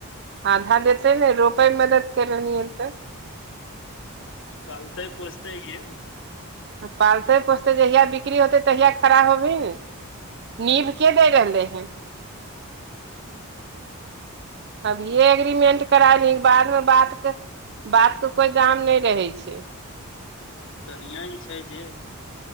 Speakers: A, on the right (about 50°); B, on the left (about 55°).
A: आधा देतै ने रोपएमें मदद कर ह तऽ।
B: पालतय पोसतै इहे।
A: पालतै पोसतै जहिया बिक्री होतै तहिया खड़ा होबहीन। नींभ के दे रहले हीन? अभिये एग्रीमेंट करा ल बादमे बातके बातके कोई दाम नहि रहै छैय।
B: कनिआनि छैय जे।